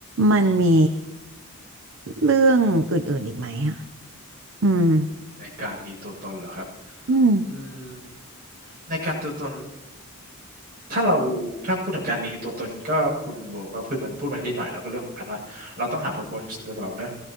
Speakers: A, on the right; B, on the right.
A: มันมีเรื่องอื่นๆอีกไหมอะอืม
B: ในการมีตัวตนเหรอครับ
A: อืม
B: อืมในการตัวตน ถ้าเราถ้าพูดถึงการมีตัวตนก็คุณโบก็พูดมันพูดมันนิดหน่อยแล้วก็เรื่องของการว่าเราต้องหา purpose ในตัวเราเนอะ